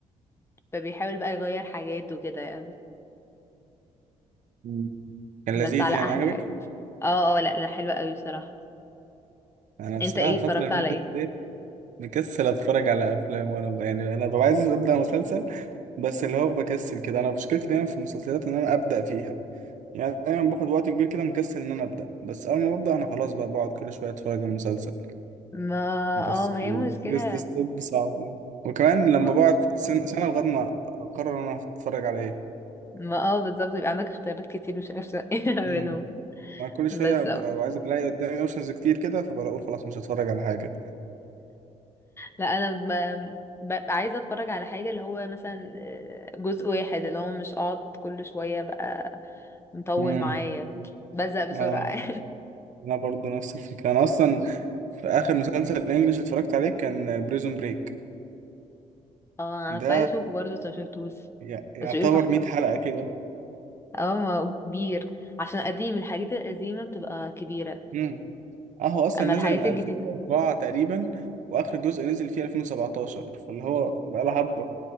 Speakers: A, on the left (about 20°); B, on the right (about 70°).
A: فبيحاول بقى يغير حاجات وكده يعني
B: مم. كان
A: بس
B: لذيذ
A: على
B: يعني
A: احلى
B: عجبك
A: يعني اه اه لا لا حلوة قوي بصراحة
B: انا بصراحه
A: انت ايه
B: الفتره
A: اتفرجت
B: اللي
A: على
B: فاتت
A: ايه
B: دي مكسل اتفرج على افلام ولا ب- يعني انا ببقى عايز ابدا مسلسل بس اللي هو بكسل كده انا مشكلتي دايما في المسلسلات ان انا ابدا فيها يعني دايما باخد وقت كبير كده مكسل ان انا ابدا بس اول ما ببدا انا خلاص بقى بقعد كل شويه اتفرج على المسلسل
A: ما
B: بس
A: اه ما هي
B: الفيرست
A: مشكلة
B: ستيب صعبة وكمان لما
A: ما,
B: بقعد سن- سنة لغاية ما أقرر أنا هتفرج على إيه
A: ما اه بالظبط يبقى عندك اختيارات كتير مش عارفة ايه <laughs>
B: امم
A: منهم
B: أنا كل شوية
A: بس
B: ببقى
A: اه
B: عايز ألاقي قدامي أوبشنز كتير كده فبقول خلاص مش هتفرج على حاجة
A: لا انا ب... ببقى عايزة اتفرج على حاجة اللي هو مثلا آه، جزء واحد اللي هو مش اقعد كل شوية بقى مطول
B: امم
A: معايا بزهق بسرعة
B: اه
A: <laughs>
B: أنا برضو نفس الفكرة أنا أصلا في آخر مسلسل إنجلش اتفرجت عليه كان بريزون بريك
A: اه
B: ده
A: انا كنت عايزة اشوفه برضه بس ما شفتوش
B: ي- يعتبر
A: بس بيقولوا تحفة
B: 100 حلقة كده
A: اه ما هو كبير عشان قديم الحاجات القديمة بتبقى كبيرة
B: امم أهو أصلا
A: اما الحاجات
B: نزل من 2004
A: الجديدة
B: تقريبا وآخر جزء نزل فيه 2017 فاللي هو بقاله حبة